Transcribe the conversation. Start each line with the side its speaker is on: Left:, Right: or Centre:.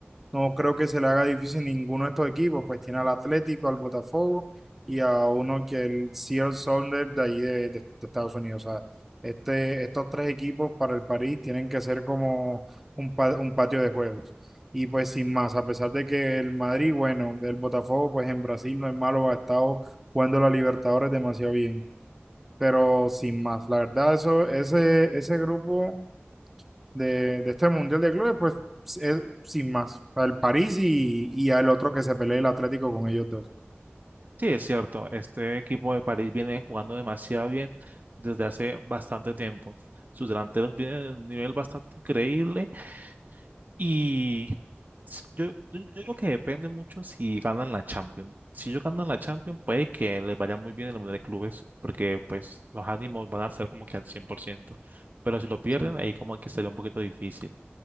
Centre: no creo que se le haga difícil ninguno de estos equipos, pues tiene al Atlético, al Botafogo y a uno que el Seattle Sounders de ahí de, de- de Estados Unidos. O sea, este, estos tres equipos para el París tienen que ser como un, pa- un patio de juegos. Y pues sin más, a pesar de que el Madrid, bueno, el Botafogo, pues en Brasil no es malo, ha estado jugando la Libertadores demasiado bien. Pero sin más, la verdad, eso, ese, ese grupo de, de este Mundial de Clubes, pues es sin más, al París y, y al otro que se pelee el Atlético con ellos dos.
Right: Sí, es cierto. Este equipo de París viene jugando demasiado bien desde hace bastante tiempo. Sus delanteros vienen de un nivel bastante increíble y s- yo, yo, yo creo que depende mucho si ganan la Champions. Si ellos ganan la Champions, puede que les vaya muy bien en el Mundial de Clubes, porque pues los ánimos van a ser como que al 100%. Pero si lo pierden,
Centre: Sí.
Right: ahí como que sería un poquito difícil.